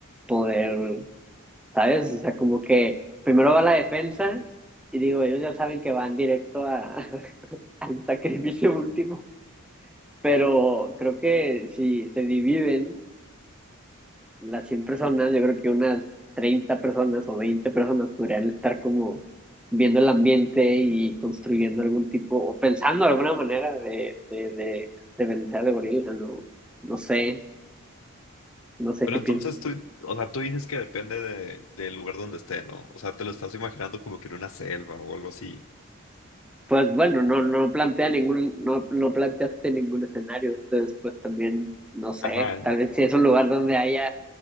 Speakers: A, in the centre; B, on the left.
A: poder, ¿sabes? O sea, como que primero va la defensa y digo, ellos ya saben que van directo a, <laughs> al sacrificio último, pero creo que si se dividen las 100 personas, yo creo que unas 30 personas o 20 personas podrían estar como viendo el ambiente y construyendo algún tipo, o pensando alguna manera de, de, de, de vencer al gorila, no, no sé, no sé
B: Pero
A: qué
B: entonces
A: piensas.
B: tú, o sea, tú dices que depende de, del lugar donde esté, ¿no? O sea, te lo estás imaginando como que en una selva o algo así.
A: Pues bueno, no, no plantea ningún, no, no planteaste ningún escenario, entonces pues también, no sé,
B: Ajá.
A: tal vez si es un lugar donde haya